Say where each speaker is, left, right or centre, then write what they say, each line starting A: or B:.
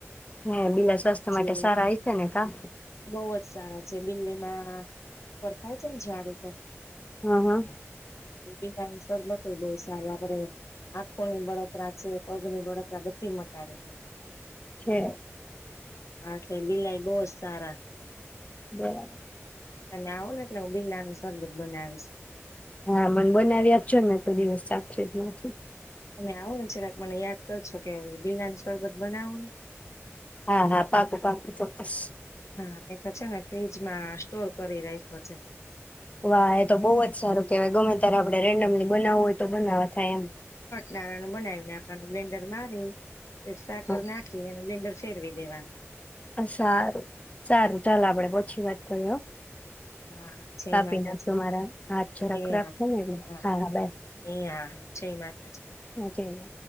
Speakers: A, on the left (about 30°); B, on the left (about 80°).
A: હે બીલા સ્વાસ્થ્ય
B: જે
A: માટે સારા હ છે ને કા
B: બહુ જ સારા છે બિલ્લીમાં ઉપર થાય છે ને ઝાડ ઉપર
A: હા, હા
B: બિલ્લાની સરરબત બહ સારું આપડે આંખોની બળતરા છે, પગની બળતરા બધી મટાડી દી
A: છે
B: હા, તે બિલાઈ બહ ચાર
A: બરાબ
B: તમે આવો ને એટલે બિલાનુ સરબત બનાવીશ <inaudible>
A: હા, મન બનાવી આપશો ને મેં કોઈ દિવસ ચાખ્યો જ નથી
B: તમે આવો ને જરાક મને યાદ કરશો કે બિલાની શરબત બનાવો
A: હા, હા, પાકુ, પાકું ચોક્કસ
B: હા, એ તો છે ને ફ્રીજમાં સ્ટોર કરી રાખ્યો છે
A: વાહ એ તો બહુ જ સારું કેવાય ગમે ત્યારે આપડણે રેન્ડમલી બનાવવું હોય તો બનાવ થ એમ
B: ના બનાવી નાખવાનું બ્લેન્ડર મારી રસા કરર
A: હા
B: નાખી એ. શેરવી દેવાનું.
A: સારું સારું ચાલ આપડે પછી વાત કરીએ.
B: હા હા જય
A: કાપી
B: માતાજી
A: નાખજો મારા હાથ જરાક
B: એ
A: ખરાબ
B: હા
A: છે ને એટલે
B: હા
A: બાય
B: એ હા હા જય માતાજી.
A: જ.